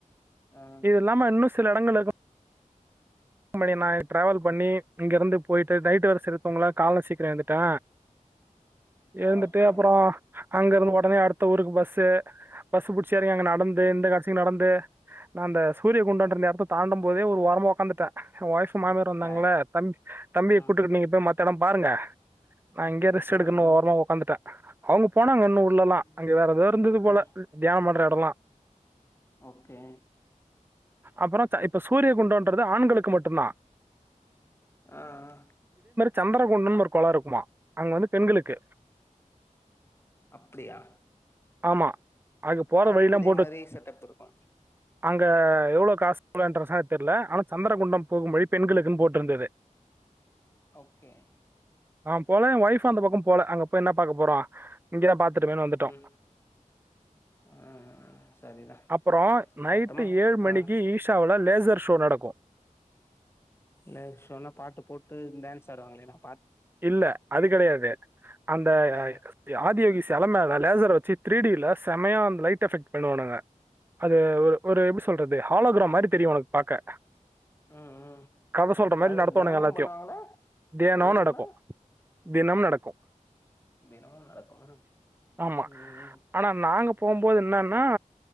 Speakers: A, on the left (about 20°); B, on the right (about 15°).
A: அ
B: இது இல்லாம இன்னுஸ் சில இடங்கள் இருக்கு ம் பன்னிருந்தாங்க ட்ரேவல் பண்ணி இங்கிருந்து போயிட் ட்டு டைட்டு வரை செருத்தவங்கள கால்ல சீக்கிர எழுந்துட்டே எழுந்துட்டு
A: ஓகே
B: அப்பறோ அங்க இருந்து ஒடனே அடுத்த ஊருக்கு பஸ்சு பஸ்சு பிடிச்சு எறங்கி அங்க நடந்து இந்த கடசிக்கு நடந்து நா அந்த சூரிய குண்டோன்ற
A: அ.
B: அந்த எடத்த தாண்டம் போதே ஒரு ஓரமா ஒக்காந் எ ஒய்ஃப் மாமியார்
A: ட்டே
B: வந்தாங்கல்ல தம் தம்பிய
A: ம்
B: கூட்டுகிட் நீங்க போய் மத் தடம் பாருங்க நா இங்கேயே ரெஸ்ட் எடுக்கணு
A: ம்
B: ஓரமா ஒக்காந்துட்ட அவங் போனாங்க இன்னு உள்ள எல்லா
A: ம்
B: அங்கே வேற எதோ இருந்தது போல
A: ம்
B: தியானம் பண்ற சொன்னா
A: ஓகே
B: அப்றோ ச்ச இப்ப சூரியகுண்டோன்றது ஆண்களுக் கு மட்டுந்தா
A: ஆ ஆ
B: சந்திரகுண்டம் ஒரு கொளோ இருக்குமா அங்க வந்து பெண்களுக்கு
A: அப்டியா
B: ஆமா அங்க போற
A: அதுவு
B: வழியெல்லாம்
A: இதே மாரி செட்டப் இருக்கு
B: க எவ்ளோவ் காஸ் <inaudible> தெர்ல ஆனா சந்திரகுண்டம் போகும்வழி பெண்களுக்குன் போட்ருந்தது
A: ஓகே
B: நா போல எ ஒய்ஃப் அந்த பக்கோ போல அங்க போய் என்னப் பாக்க போறோ இங்கே பாத் துட்டமேனு வந்துட்டோ
A: ம் ஆ சரிதா
B: அப்றோ நைட்டு
A: மொத்தமா
B: ஏழு
A: ஆ
B: மணிக்கு ஈஷாவுல லேஸ் சர் ஷோ நடக்கு
A: லேட் ஷோன்னா பாட்டு போட்டு டேன்ஸ் ஆடுவாங்களே அதா
B: இல்ல அது கெடையாது அந்த
A: ஆ
B: ஆதியோகி செல மேல லேசர வச்சு த்ரீ டி ல செமயா அந்த லைட் எஃபெக்ட் பண்ணுவானுக அது ஒரு ஒரு எப்டி சொல்றது ஹாலோகிராம் மாரி தெரியு ஒனக் பாக்க
A: ம் ம்
B: கத சொல்ற மாரி
A: அது
B: நடத்துவானுக
A: தினமும்
B: எல்லாத்தியு
A: பண்ணுவாங்களா
B: தியானோ
A: டெய்லியுமா
B: நடக்கு தினம் நடக்கு
A: தினமும் நடக்குமா
B: ஆமா
A: ம்
B: ஆனா நாங்க போம்போது என்னன்னா